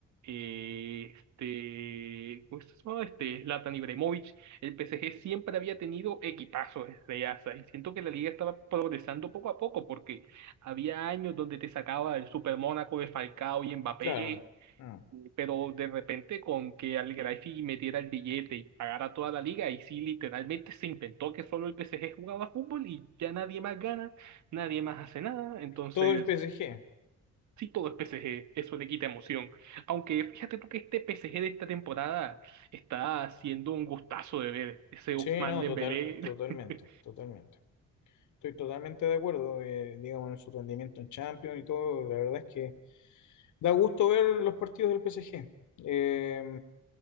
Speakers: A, on the right; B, on the left.
A: eh, este, ¿cómo se llama? Este, Zlatan Ibrahimovic. El PSG siempre había tenido equipazos desde ASA y siento que la liga estaba progresando poco a poco porque había años donde te sacaba el Super Mónaco de Falcao y Mbappé,
B: claro. Mm.
A: pero de repente con que al Greifi metiera el billete y pagara toda la liga y sí literalmente se inventó que solo el PSG jugaba fútbol y ya nadie más gana, nadie más hace nada, entonces
B: Todo es PSG.
A: Sí, todo es P S G eso le quita emoción. Aunque fíjate tú que este P S G de esta temporada está siendo un gustazo de ver. Ese Ousmane
B: Sí, no,
A: Dembélé.
B: total, totalmente,
A: <laughs>
B: totalmente. Estoy totalmente de acuerdo, eh, digamos, en su rendimiento en Champions y todo. La verdad es que da gusto ver los partidos del PSG. Eh,